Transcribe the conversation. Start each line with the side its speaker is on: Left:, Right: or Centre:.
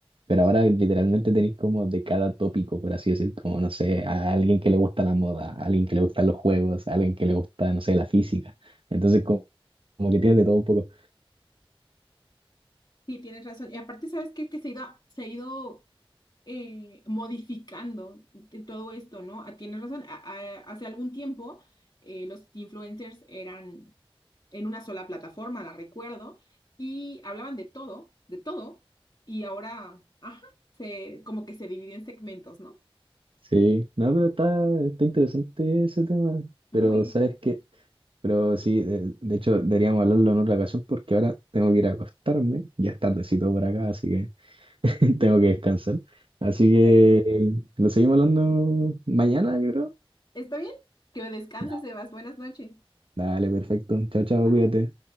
Right: pero ahora literalmente tenéis como de cada tópico, por así decir, como, no sé, a alguien que le gusta la moda, a alguien que le gustan los juegos, a alguien que le gusta, no sé, la física. Entonces, como, como que tienes de todo un poco.
Left: Sí, tienes razón. Y aparte, ¿sabes qué? Que se ha ido, se ha ido eh, modificando de todo esto, ¿no? Ah, Tienes razón, a- a- hace algún tiempo eh, los influencers eran en una sola plataforma, la recuerdo, y hablaban de todo, de todo, y ahora, ajá, se, como que se dividió en segmentos, ¿no?
Right: Sí, no, pero está, está interesante ese tema.
Left: Muy
Right: Pero, ¿sabes qué? Pero sí, de, de hecho deberíamos hablarlo en otra ocasión porque ahora tengo que ir a acostarme, ya es tardecito por acá, así que <laughs> tengo que descansar. Así
Left: excelente.
Right: que lo seguimos hablando mañana, yo creo.
Left: ¿Está bien? Que descanses,
Right: Ya,
Left: Sebas. Buenas noches.
Right: Dale, perfecto. Chao, chao,
Left: Bye.
Right: cuídate.